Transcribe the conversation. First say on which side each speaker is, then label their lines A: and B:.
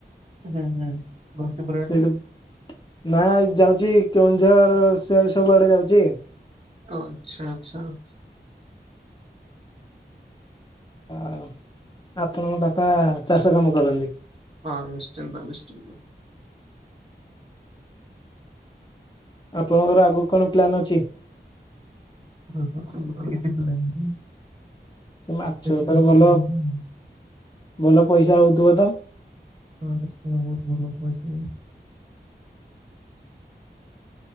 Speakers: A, on the right (about 35°); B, on the left (about 25°).
A: ହୁଁ ହୁଁ ଘସିପୁରାଠୁ।
B: ସେଇ ନା ଏ ଯାଉଛି କେଉଁଝର ସିଆଡେ ସବୁଆଡେ ଯାଉଛି।
A: ଓ ଆଚ୍ଛା ଆଚ୍ଛା।
B: ଆଉ ଆପଣଙ୍କ ବାପା ଚାଷ କାମ କରନ୍ତି।
A: ହଁ ନିଶ୍ଚିନ୍ତ ନିଶ୍ଚିନ୍ତ।
B: ଆପଣଙ୍କର ଆଗକୁ କଣ ପ୍ଲାନ୍ ଅଛି।
A: ମେର ତ ସେମିତି କିଛି ପ୍ଲାନ୍ ନାହିଁ। <unintelligible>
B: ସେ ମାଛ ବେପାର ଭଲ ଭଲ ପଇସା ହଉଥିବ ତ।
A: ହଁ <unintelligible>